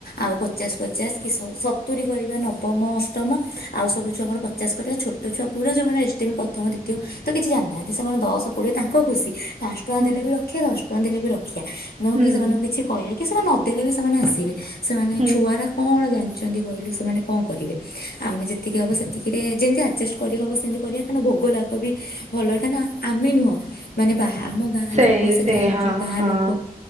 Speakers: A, on the left; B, on the right.
A: ଆଉ ପଚାଶ ପଚାଶ କି ସତୁରି କରିବା ନବମ ତମ ଆଉ ସବୁ ଛୁଆଙ୍କର ପଚାଶ କରିବା ଛୋଟ ଛୁଆ ପୁରା ଯୋଉମାନେ ଏଷ୍ଟମୀ ପ୍ରଥମ ଦ୍ୱତୀୟ ତ କିଛି ଜାଣିନାହାନ୍ତି ସେମାନେ ଦଶ କୋଡ଼ିଏ ତାଙ୍କ ଖୁସି ପାଞ୍ଚ ଟଙ୍କା
B: ହୁଁ
A: ଦେଲେ ବି ରଖିବା ଦଶ ଟଙ୍କା ଦେଲେ ବି ରଖ ରଖଆ ନହଁ
B: ହୁଁ
A: କି ସେମାନଙ୍କୁ କିଛି କହିବା କି ସେମାନେ ଦେଲେ ବି ସେମାନେ ଆସିବେ। ସେମାନେ
B: ହୁଁ
A: ଛୁଆର କଣ ଜାଣି ଛନ୍ତି କହିଲୁ ସେମାନେ କଣ କରିବେ? ଆମେ ଯେତିକି ହବ ସେତିକିରେ ଯେମିତି ଆଡଜଷ୍ଟ କରିହବ ସେମତି କରିବା କ ଭୋଗ ଲାଗବ ବି ଭଲରେ କାଁକ ନା ଆମେ ନୁହଁ ମାନେ ବା ଆମ ଗାଁ
B: ସେଇ
A: ଲୋକ ସେଠି
B: ସେଇ
A: ଆଉ
B: ହଁ
A: ଯୋଉ ଗାଁ
B: ହଁ
A: ଲୋକ